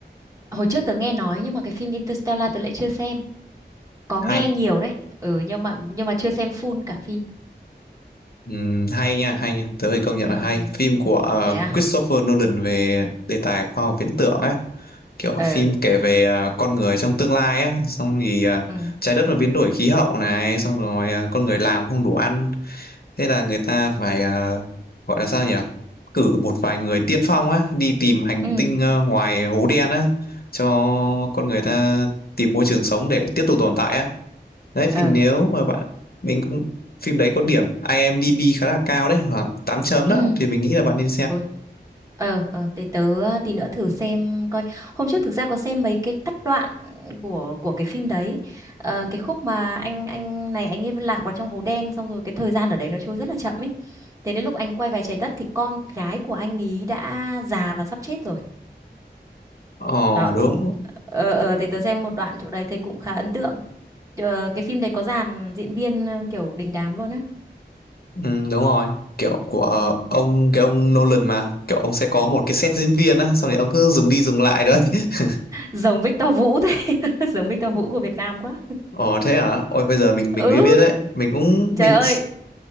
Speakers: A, on the right (about 20°); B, on the left (about 60°).
A: Hồi trước tớ nghe nói nhưng mà cái phim Interstellar tớ lại chưa xem. Có
B: hay
A: nghe nhiều đấy. Ừ nhưng mà nhưng mà chưa xem full cả phim.
B: Ừm, hay nha hay nha tớ phải công nhận
A: Ừ
B: là hay
A: ừ.
B: phim của ờ,
A: Thế à?
B: Christopher Nolan về đề tài khoa học viễn tưởng ấy kiểu
A: Ờ.
B: phim kể về ờ, con người trong tương lai á xong thì ờ,
A: Ừ.
B: trái đất mà biến đổi khí hậu này xong rồi ờ, con người làm không đủ ăn Thế là người ta phải à, gọi là sao nhỉ? Cử một vài người tiên phong á, đi tìm hành
A: Ừ.
B: tinh ờ, ngoài hố đen á, cho con người ta tìm môi trường sống để tiếp tục tồn tại á. Đấy
A: Ờ.
B: thì nếu mà bạn mình cũng phim đấy có điểm IMDb khá là cao đấy, khoảng 8 chấm
A: Ừ.
B: đó thì mình nghĩ là bạn nên xem.
A: Ôi. Ờ ờ để tớ ờ, tí nữa thử xem coi. Hôm trước thực ra có xem mấy cái cắt đoạn của của cái phim đấy. Ờ, cái khúc mà anh anh này anh ấy lạc vào trong hố đen xong rồi cái thời gian ở đấy nó trôi rất là chậm ấy. Thế đến lúc anh quay về trái đất thì con gái của anh ý đã già và sắp chết rồi.
B: Ờ
A: Đó
B: đúng.
A: thì ờ ờ, thì tớ xem một đoạn chỗ đấy thấy cũng khá ấn tượng. Ờ, cái phim đấy có dàn diễn viên ờ, kiểu đình đám luôn á.
B: Ừ, đúng rồi. Kiểu của ờ,
A: Ừ.
B: ông cái ông Nolan mà, kiểu ông sẽ có một cái set diễn viên á, xong rồi ông cứ dùng đi dùng lại thôi. <laughs>
A: Giống Victor Vũ thế, <laughs> giống Victor Vũ của Việt Nam quá.
B: Ồ thế hả? Ôi bây giờ mình mình
A: Ừ,
B: mới biết đấy. Mình cũng
A: trời
B: mình
A: ơi,